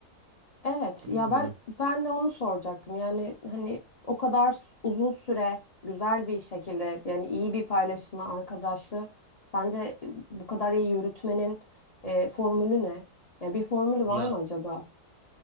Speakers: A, on the left; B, on the right.
A: Evet
B: Yani
A: ya
B: bilmiyorum.
A: ben ben de onu soracaktım. Yani hani o kadar s- uzun süre güzel bir şekilde yani iyi bir paylaşımla arkadaşlığı sence e, bu kadar iyi yürütmenin e, formülü ne? Ya bir formülü var
B: Ya
A: mı acaba?